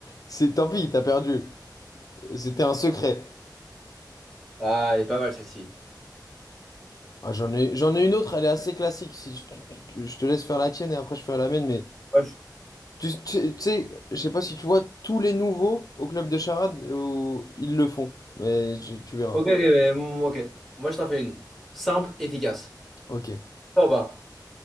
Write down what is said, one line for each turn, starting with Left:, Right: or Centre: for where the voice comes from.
Left: C'est tant pis, t'as perdu. C'était un secret.
Centre: Ah, elle est pas mal celle-ci.
Left: Ah, j'en ai, j'en ai une autre, elle est assez classique. Si je, tu- tu- tu- je te laisse faire la tienne et après je ferai la mienne, mais
Centre: Moi, je-
Left: tu, tu- tu sais, je sais pas si tu vois tous les nouveaux au club de charade, euh, ils le font, mais je- tu verras.
Centre: Ok, ok, mais mm, ok. Moi, je t'en fais une. Simple, efficace.
Left: Ok,
Centre: Oh bah,